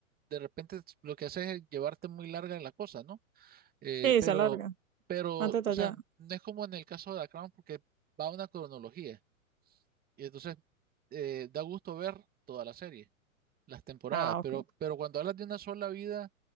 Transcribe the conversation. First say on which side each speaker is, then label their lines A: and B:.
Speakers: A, on the right; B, on the right.
A: de repente lo que hace es llevarte muy larga en la cosa, ¿no? Eh,
B: Sí,
A: pero,
B: se alarga.
A: pero,
B: Más detallada.
A: o sea, no es como en el caso de The Crown porque va a una cronología. Y entonces eh, da gusto ver toda la serie, las temporadas.
B: Ah, ok.
A: Pero, pero cuando hablas de una sola vida,